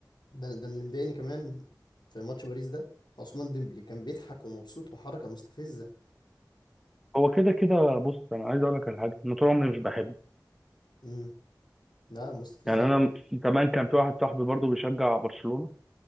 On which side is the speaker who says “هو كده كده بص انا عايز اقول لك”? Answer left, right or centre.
Centre